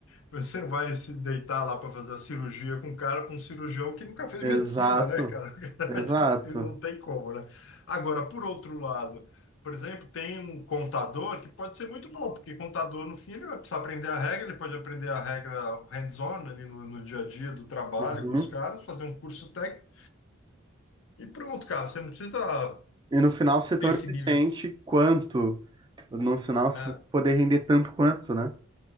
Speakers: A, on the left; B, on the right.
A: você vai se deitar lá para fazer a cirurgia com um cara, para um cirurgião que nunca fez
B: Exato,
A: medicina, né, cara? <laughs> O cara
B: exato.
A: vai ter que Não tem como, né? Agora, por outro lado, por exemplo, tem um contador que pode ser muito bom, porque contador, no fim, ele vai precisar aprender a regra, ele pode aprender a regra hands-on ali no, no dia a dia do trabalho
B: Uhum.
A: com os caras, fazer um curso técnico e pronto, cara. Você não precisa
B: E no final ser
A: ter
B: tão
A: esse
B: eficiente
A: nível,
B: quanto no final se
A: né?
B: poder render tanto quanto, né?